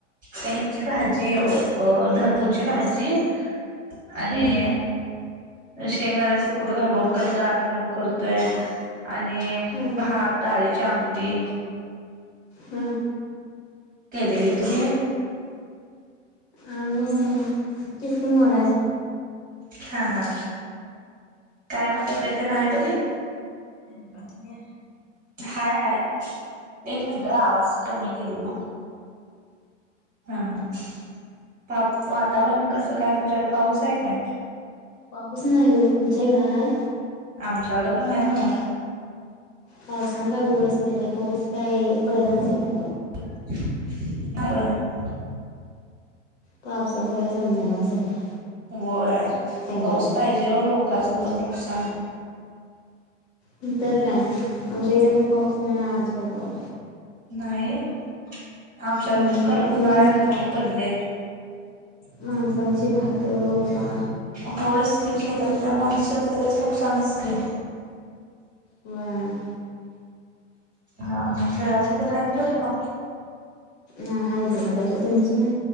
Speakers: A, on the right; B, on the left.
A: त्याची भाजी अ ढबूची भाजी आणि
B: हम्म
A: शेंगदाण्या कूट घालून कधी डाळ घालून करतोय आणि
B: हा हा
A: भात डाळीची आमटी
B: हम्म
A: केलेली तुम्ही
B: आमही कितीती मोडाचे
A: हा हा काय मग तब्येत द ना आहे बरी
B: हा तुम्ही
A: हाय हाय. एक मिनट हा आवाज कमी केलेला. हा हा वा- वातावरण कसं काय तुमच्याकडे पाऊस आहे काय?
B: पाऊस नाही येत तुमच्याकडे हाय?
A: आमच्याकडं पण नाही ना.
B: पावसान काय घोळच केलाय पाऊस काय पडना झाला.
A: <inaudible>
B: पावसाच काय समजनाच झालंय.
A: होय
B: काय
A: पाऊस पाहिजे हो लोकांचा
B: करायचं
A: उगाच नुकसान.
B: ती तर काय आमच्या इथे पण पाऊस नाही अजीबात अहो.
A: नाही आमच्या
B: अं
A: कडे पण
B: हं
A: कडक उन्हाळ्यागत
B: ऊनच पडालय
A: वानी पडलंय.
B: माणसांची भात रोपा
A: होयच की शेतातल्या
B: तशाच
A: माणस
B: पडल्यात
A: शेतकऱ्याच नुकसानच की.
B: व्हय.
A: हा हा घरातली पण आहेत बरी म.
B: ना आहेत बघा बरी तुमची?